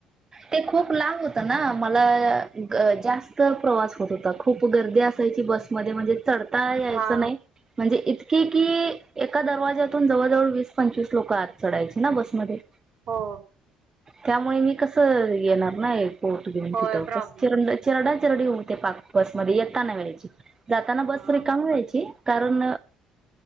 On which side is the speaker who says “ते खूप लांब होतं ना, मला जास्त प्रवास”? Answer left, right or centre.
Right